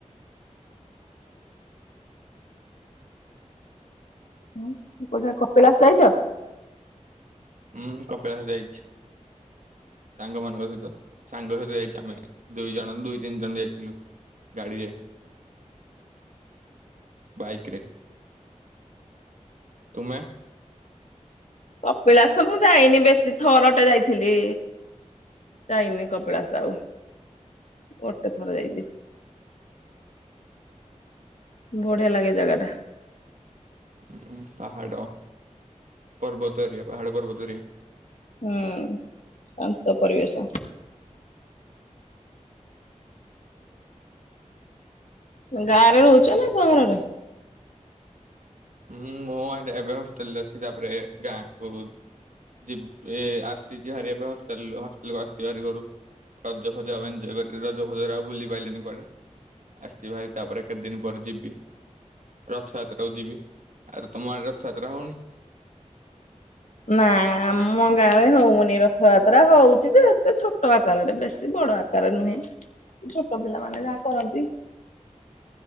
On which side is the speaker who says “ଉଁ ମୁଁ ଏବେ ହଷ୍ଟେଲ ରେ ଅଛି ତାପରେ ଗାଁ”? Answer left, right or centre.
Right